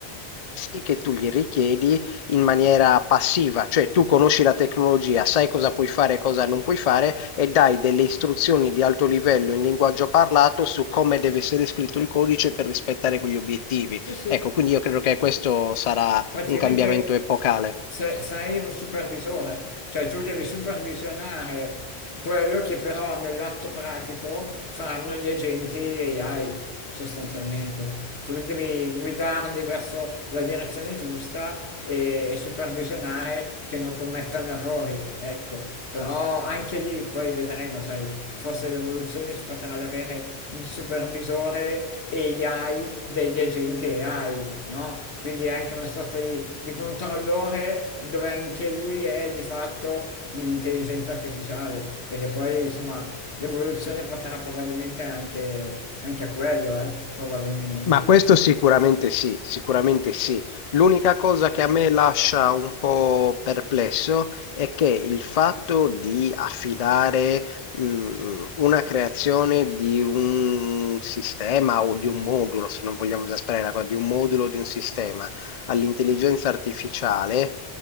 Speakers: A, on the left; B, on the left.
A: servizi che tu gli richiedi in maniera passiva, cioè tu conosci la tecnologia, sai cosa puoi fare e cosa non puoi fare e dai delle istruzioni di alto livello in linguaggio parlato su come deve essere scritto il codice per rispettare quegli obiettivi.
B: sì, sì.
A: Ecco, quindi io credo che questo sarà
B: Praticamente
A: un cambiamento epocale.
B: se- sei un supervisore, cioè tu devi supervisionare quello che però nell'atto pratico faranno gli agenti AI sostanzialmente. Tu devi guidarli verso la direzione giusta e, e supervisionare che non commettano errori, ecco. Però anche lì poi vedremo, sai, forse l'evoluzione si potrà ad avere il supervisore AI degli agenti AI, no? Quindi è anche una sorta di, di controllore dove anche lui è di fatto un'intelligenza artificiale, perché poi insomma l'evoluzione porterà probabilmente anche, anche a quello, eh? Probabilmente.
A: Ma questo sicuramente sì, sicuramente sì. L'unica cosa che a me lascia un po' perplesso è che il fatto di affidare, mh, una creazione di un sistema o di un modulo, se non vogliamo esasperare la cosa, di un modulo o di un sistema all'intelligenza artificiale,